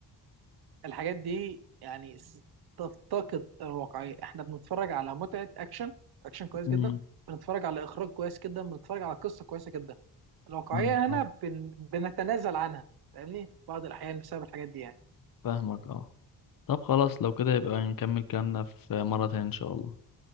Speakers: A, on the right; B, on the left.
A: الحاجات دي يعني س- تفتقد الواقعيه احنا بنتفرج على متعه اكشن اكشن كويس
B: مم.
A: جدا بنتفرج على اخراج كويس جدا بنتفرج على قصه كويسه جدا الواقعيه
B: فاهمك
A: هنا
B: اه
A: بن... بنتنازل عنها فاهمني بعض الاحيان بسبب الحاجات دي يعني
B: فاهمك اه طب خلاص لو كده يبقى نكمل كلامنا في مرة تانية ان شاء الله